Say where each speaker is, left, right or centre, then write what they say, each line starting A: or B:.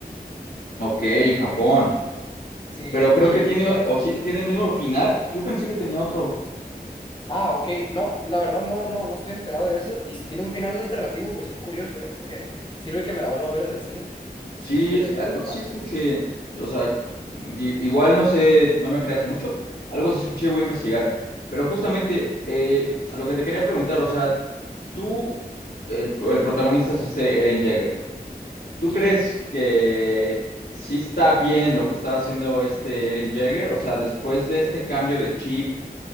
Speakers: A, on the left; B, on the left.
A: Ok, en Japón.
B: Sí,
A: Pero creo
B: y, y
A: que tiene,
B: ya está.
A: o sí, tiene el mismo final. Yo pensé que tenía otro.
B: Ah, ok. No, la verdad no, no, no estoy enterado de eso. Y si tiene un final alternativo, pues qué curioso, ¿eh? Porque sirve que me la vuelva a ver en el cine, si
A: Sí,
B: es que
A: es-
B: la llevo
A: algo
B: a topar.
A: así escuché, o sea, di- igual no sé, no me creas mucho, algo así escuché, voy a investigar, pero justamente eh, lo que te quería preguntar, o sea, tú, el, el protagonista es este Eren Jaeger, ¿tú
B: Sí,
A: crees que sí está bien lo que estaba haciendo este Eren Jaeger? O sea, después de este cambio de chip